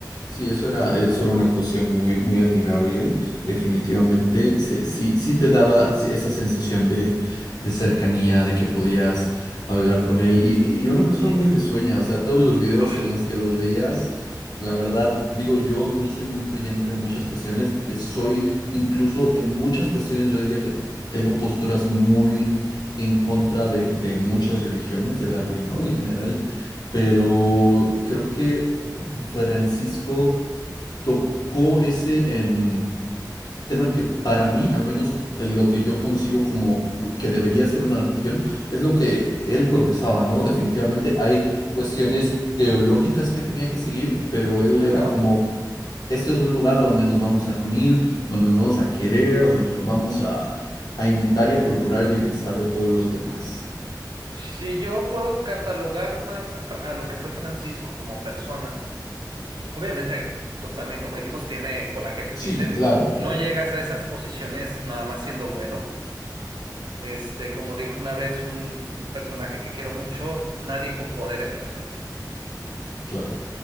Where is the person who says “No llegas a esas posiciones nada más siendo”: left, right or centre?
Right